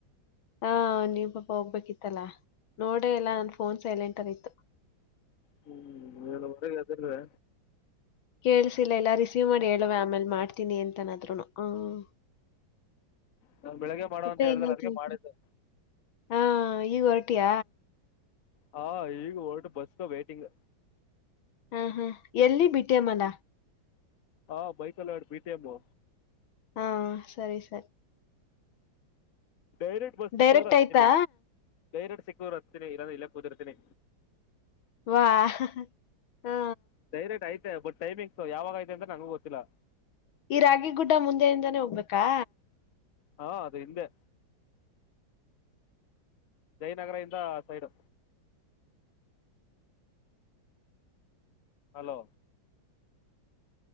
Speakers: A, on the left; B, on the left.
A: ಹಾ ನೀವು ಪಾಪ ಹೋಗ್ಬೇಕಿತ್ತಲ್ಲಾ ನೋಡ್ರಿ ಎಲ್ಲಾ ನನ್ ಫೋನ್ ಸೈಲೆಂಟ್ ಆಗಿತ್ತು
B: ಹ್ಮ್ ನೀನ್ ಊಗೆ ಅದಿಲ್ೇ
A: ಕೇಳ್ಸಿಲ್ಲ ಎಲ್ಲ ರಿಸೀವ್ ಮಾಡಿ ಹೇಳವ ಆಮೇಲ್ ಮಾಡ್ತೀನಿ ಅಂತನಾದ್ರುನು ಹ್ಮ್
B: ನಾ ಬೆಳಿಗ್ಗೆ ಮಾಡುವ
A: ಮತ್ತೆ
B: ಅಂತ ಹೇಳ್ದ್ರೆ
A: ಇನ್ನೇನ್
B: ಅದಕ್ಕೆ
A: ಸಮಾಚಾರ
B: ಮಾಡಿದ್ದೆ
A: ಹಾ ಈಗ ಹೊರಟಿಯ
B: ಹಾ ಈಗ ಹೊರ್ಟ ಬಸ್ಗ ವೇಟಿಂಗ್
A: ಹ್ಮ್ ಹ್ಮ್ ಎಲ್ಲಿ ಬಿಟ್ಟೇ ಮನ
B: ಹಾ ಬೈಕಲ್ಲ ಆಡು ಬಿೀತೆಮ
A: ಹಾ ಸರಿ ಸರಿ
B: ಡೈರೆಕ್ಟ್ ಬಸ್ ಸಿಕ್ಕದ್ರೆ
A: ಡೈರೆಕ್ಟ್
B: ಹಚ್ತೀನಿ
A: ಆಯ್ತಾ
B: ಡೈರೆಕ್ಟ್ ಸಿಕ್ಕುದ್ರರು ಹಗ್ತೀನಿ ಇಲ್ಲಂದ ಇಕ್ಕ ಕೂದಿರ್ತೀನಿ
A: ವಾ ಹಾ
B: ಡೈರೆಕ್ಟ್ ಬಟ್ ಟೈಮಂಗ್ಸ್ ಯಾವಾಗ ಐತೆ ಅಂತ್ರ ನಂಗು ಗೊತ್ತಿಲ್ಲ
A: ಈ ರಾಗಿ ಗುಡ್ಡ ಮುಂದೆಯಿಂದಾನೇ ಹೋಗ್ಬೇಕಾ
B: ಹಾ ಅದು ಹಿಂದೆ ಜಯನಗರ ಇಿಂದ ಸೈಡ್ ಹಲೋ